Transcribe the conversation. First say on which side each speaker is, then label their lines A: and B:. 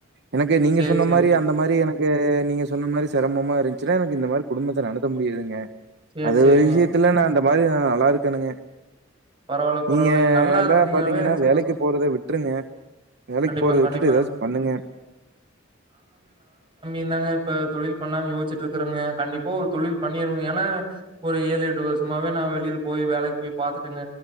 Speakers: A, on the right; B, on the right.
A: எனக்கு நீங்க
B: சரி,
A: சொன்ன
B: சரிங்க.
A: மாதிரி அந்த மாதிரி எனக்கு நீங்க சொன்ன மாதிரி சிரமமா இரு அக்சுவல எனக்கு இந்த மாதிரி குடும்பத்த நடத்த முடியாதுங்க
B: சரி,
A: அது
B: சரிங்க.
A: வஷயத்துல நான் பையன் நல்லா இருக்கானுங்க
B: பரவால்ல,
A: நீங்க
B: பரவால்லங்க. நல்லா
A: எல்லாம்
B: இருந்தீங்கனாவே
A: பாத்தீங்கன்னா
B: சந்தோஷம்.
A: வேலைக்கு போறத விட்டுருங்க வேலைக்கு
B: கண்டிப்பாங்க,
A: போறத விட்டுட்டு
B: கண்டிப்பாங்க.
A: ஏதாச்சும் பண்ணுங்க
B: ந்தாங்க இப்ப தொழில் பண்ணலா யோச்சுட்டு இருக்குறங்க கண்டிப்பா ஒரு தொழில் பண்ணிருவங்க ஏன்னா ஒரு ஏழு எட்டு வருமாவே நான் வெளியில போய் வேலைக்கு போய் பாத்துட்டேங்க